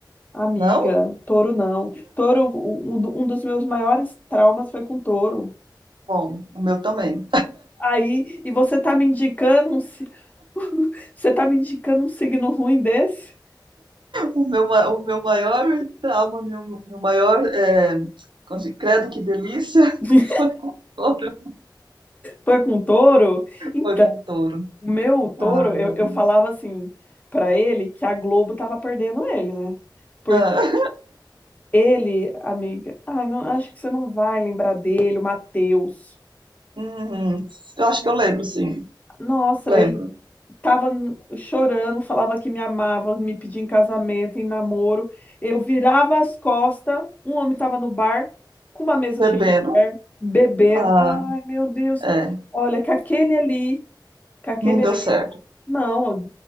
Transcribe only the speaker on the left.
amiga,
touro não. Touro, um, do- um dos meus maiores traumas foi com touro.
Aí, e você tá me indicando um, si- <laughs> você tá me indicando um signo ruim desse?
<laughs>
Foi com touro? Então,
o meu touro,
eu,
eu
falava assim pra ele que a Globo tava perdendo ele, né? Porque
Ele, amiga, ai, não, acho que você não vai lembrar dele, o Matheus.
Nossa,
ele tava n- chorando, falava que me amava, me pedia em casamento, em namoro. Eu virava as costas, um homem tava no bar, com uma mesa
cheia de mulher, bebendo.
Ai, meu Deus.
Olha, com aquele ali, com aquele
ali.
Não,